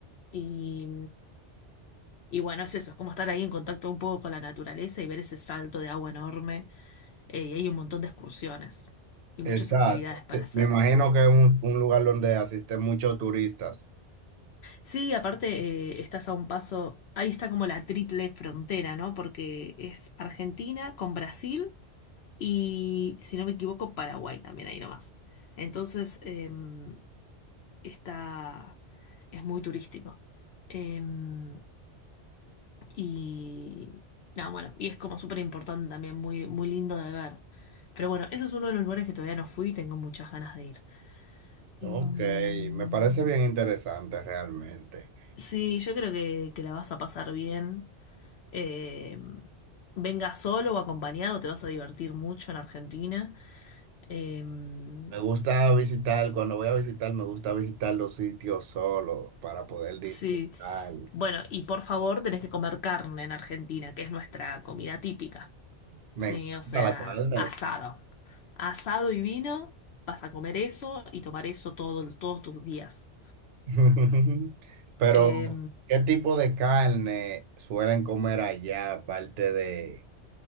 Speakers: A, on the left (about 65°); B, on the right (about 65°).
A: Y, y bueno, es eso, es como estar ahí en contacto un poco con la naturaleza y ver ese salto de agua enorme. Eh, y hay un montón de excursiones y
B: Exacto.
A: muchas actividades para
B: Te-
A: hacer.
B: Me imagino que es un, un lugar donde asisten muchos turistas.
A: Sí, aparte, eh, estás a un paso, ahí está como la triple frontera, ¿no? Porque es Argentina con Brasil. Y si no me equivoco, Paraguay también ahí nomás. Entonces, em, está, es muy turístico. Em, y no, bueno, y es como súper importante también, muy, muy lindo de ver. Pero bueno, ese es uno de los lugares que todavía no fui y tengo muchas ganas de ir.
B: Ok,
A: Mm,
B: me parece bien interesante realmente.
A: sí, yo creo que, que la vas a pasar bien. Em, venga solo o acompañado, te vas a divertir mucho en Argentina. Em,
B: Me gusta visitar, cuando voy a visitar, me gusta visitar los sitios solo para poder disfrutar.
A: Sí, Bueno, y por favor, tenés que comer carne en Argentina, que es nuestra comida típica.
B: Me
A: Sí,
B: encanta
A: o sea,
B: la carne.
A: asado. Asado y vino, vas a comer eso y tomar eso todo- todos tus días.
B: <laughs> Pero,
A: Eh,
B: ¿qué tipo de carne suelen comer allá, aparte de,